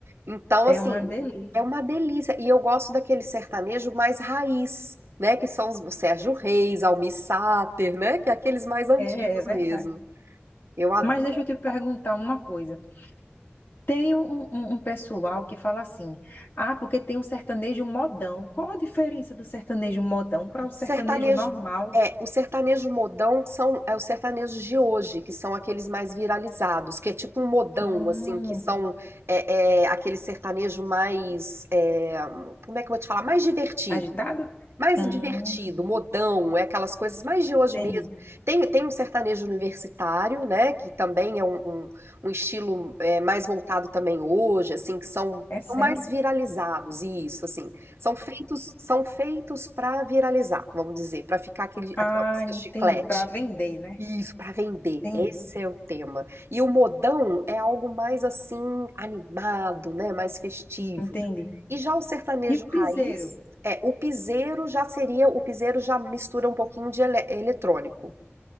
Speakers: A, on the right (about 80°); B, on the left (about 55°).
A: Então,
B: é
A: assim,
B: uma
A: Uhum.
B: delícia.
A: é uma delícia. E eu gosto daquele sertanejo mais raiz, né? Que são os o Sérgio Reis, Almir Sater, né? Que é aqueles mais antigos
B: É, é verdade.
A: mesmo. Eu adoro.
B: Mas deixa eu te perguntar uma coisa. Tem um, um- um um pessoal que fala assim: ah, porque tem um sertanejo modão. Qual a diferença do sertanejo modão para
A: O
B: o sertanejo
A: sertanejo
B: normal?
A: é, o sertanejo modão são é os sertanejos de hoje, que são aqueles mais viralizados, que é tipo um modão,
B: Hum,
A: assim, que são é, é, aquele sertanejo mais, é, como é que eu vou te falar? Mais divertido.
B: agitado?
A: Mais
B: Hum,
A: divertido, modão, é aquelas coisas mais de hoje
B: entendi.
A: mesmo. Tem, tem um sertanejo universitário, né, que também é um, um, um estilo é, mais voltado também hoje, assim, que são,
B: É sério?
A: são mais viralizados, isso, assim. São feitos, são feitos para viralizar, vamos dizer, para ficar aquele,
B: Ah,
A: aquela música
B: entendi.
A: chiclete.
B: Para vender, né?
A: Isso, para vender.
B: Entendi,
A: Esse é o tema. E o modão é algo mais assim animado, né? Mais festivo.
B: entendi.
A: E já o sertanejo
B: E o piseiro?
A: raiz, é, o piseiro já seria, o piseiro já mistura um pouquinho de ele- eletrônico.